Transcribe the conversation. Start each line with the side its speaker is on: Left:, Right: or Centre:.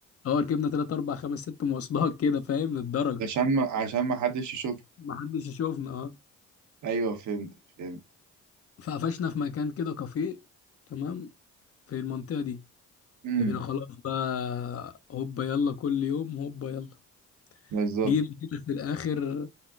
Left: اه ركبنا تلات اربع خمس ست مواصلات كده فاهم للدرجه
Right: عشان ما عشان ما حدش يشوف
Left: ما حدش يشوفنا اه
Right: أيوه فهمت فهمت
Left: فقفشنا في مكان كده كافيه تمام في المنطقه دي
Right: امم
Left: فبقينا خلاص بقى هوبا يلا كل يوم هوبا يلا
Right: بالظبط
Left: جينا كده في الاخر